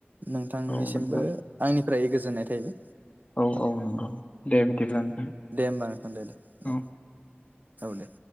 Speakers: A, on the right; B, on the left.
A: नोंथांनिसिमबो
B: औ नोंथां
A: आंनिफ्राय गोजोननाय थायैबाय,
B: औ औ नंगौ दे बिदिबा नोंथां
A: दे होमबा नोंथां दे दे दे
B: औ
A: औ दे